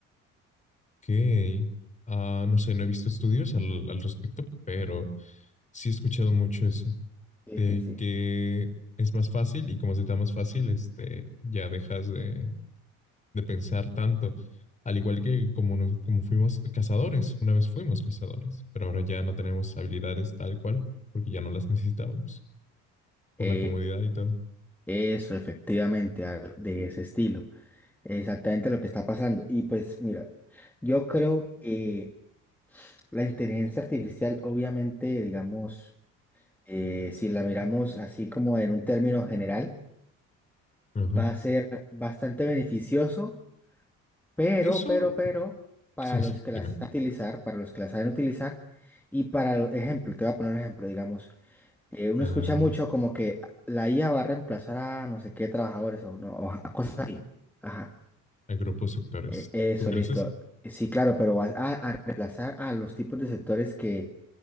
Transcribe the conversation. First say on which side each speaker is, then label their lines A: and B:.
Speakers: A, on the left; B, in the centre.
A: Ok. Ah, no sé, no he visto estudios al, al respecto, pero sí he escuchado mucho eso,
B: Sí,
A: de
B: sí, sí.
A: que es más fácil y como se te da más fácil, este, ya dejas de, de pensar tanto. Al igual que como, nos- como fuimos cazadores, una vez fuimos cazadores, pero ahora ya no tenemos habilidades tal cual, porque ya no las necesitábamos, por
B: Eh,
A: la comodidad y todo.
B: eso, efectivamente, algo de ese estilo. Exactamente lo que está pasando. Y pues mira, yo creo que la inteligencia artificial, obviamente, digamos, eh, si la miramos así como en un término general,
A: Ajá.
B: va a ser bastante beneficioso Pero,
A: Eso,
B: pero, pero, para
A: sí,
B: los
A: sí,
B: que las
A: dime.
B: saben utilizar, para los que las saben utilizar, y para, lo- ejemplo, te voy a poner un ejemplo, digamos, eh, uno
A: Ah,
B: escucha mucho como que la IA va a reemplazar a no sé qué trabajadores o, no, o a cosas así. Ajá,
A: a grupos sectores.
B: e- eso,
A: ¿Tú crees
B: listo.
A: eso?
B: Sí, claro, pero vas a, a reemplazar a los tipos de sectores que